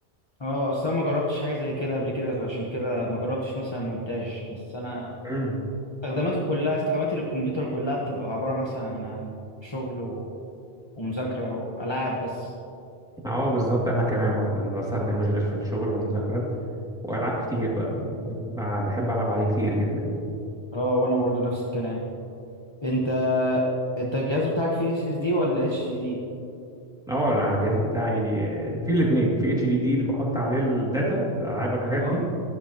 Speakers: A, on the left; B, in the centre.
A: اه اصل انا ما جربتش حاجه زي كده قبل كده فعشان كده ما جربتش مثلا مونتاج بس انا
B: امم
A: استخداماته كلها استخدامات الكمبيوتر كلها بتبقى عباره مثلا عن شغل و... ومذاكره والعاب بس
B: اه بالظبط انا كمان برضه بستخدم وجه غير في الشغل والمذاكره والعاب كتير بقى يعني ب- بحب العب عليه كتير جدا يعني
A: اه وانا برضو نفس الكلام انت انت الجهاز بتاعك فيه اس اس دي ولا اتش دي دي
B: اه انا على الجهاز بتاعي آه، في الاثنين في اتش دي دي اللي بحط عليه الداتا الالعاب والحاجات
A: اه
B: دي